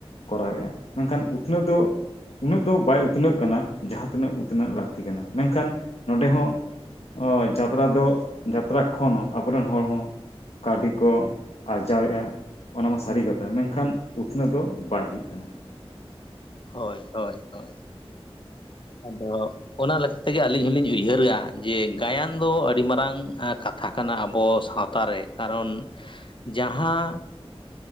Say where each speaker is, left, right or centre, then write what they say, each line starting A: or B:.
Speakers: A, on the left; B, on the left.
A: ᱠᱚᱨᱟᱣᱮᱜᱼᱟ ᱢᱮᱱᱠᱷᱟᱱ ᱩᱛᱱᱟᱹᱣ ᱫᱚ ᱩᱱᱟᱹᱜ ᱫᱚ ᱵᱟᱭ ᱩᱛᱱᱟᱹᱜ ᱠᱟᱱᱟ ᱡᱟᱦᱟᱸ ᱛᱤᱱᱟᱹᱜ ᱩᱛᱱᱟᱹᱜ ᱞᱟᱹᱠᱛᱤ ᱠᱟᱱᱟ ᱢᱮᱱᱠᱷᱟᱱ ᱱᱚᱰᱮ ᱦᱚᱸ ᱚ ᱡᱟᱛᱨᱟ ᱫᱚ ᱡᱟᱛᱨᱟ ᱠᱷᱚᱱ ᱟᱵᱚ ᱨᱤᱱ ᱦᱚᱲ ᱦᱚᱸ ᱠᱟᱹᱣᱰᱤ ᱠᱚ ᱟᱨᱡᱟᱣᱮᱫᱼᱟ ᱚᱱᱟ ᱢᱟ ᱥᱟᱹᱨᱤ ᱠᱟᱛᱷᱟ ᱢᱮᱱᱠᱷᱟᱱ ᱩᱛᱱᱟᱹᱣ ᱫᱚ ᱵᱟᱭ ᱦᱩᱭᱩᱜ ᱠᱟᱱᱟ᱾
B: ᱦᱳᱭ ᱦᱳᱭ ᱦᱳᱭ ᱟᱫᱚ ᱚᱱᱟ ᱞᱮᱠᱟ ᱛᱮᱜᱮ ᱟᱹᱞᱤᱧ ᱦᱚᱸᱞᱤᱧ ᱩᱭᱦᱟᱹᱨᱟ ᱡᱮ ᱜᱟᱭᱟᱱ ᱫᱚ ᱟᱹᱰᱤ ᱢᱟᱨᱟᱝ ᱠᱟᱛᱷᱟ ᱠᱟᱱᱟ ᱟᱵᱚ ᱥᱟᱶ ᱛᱟᱨ ᱨᱮ ᱠᱟᱨᱚᱱ ᱡᱟᱦᱟᱸ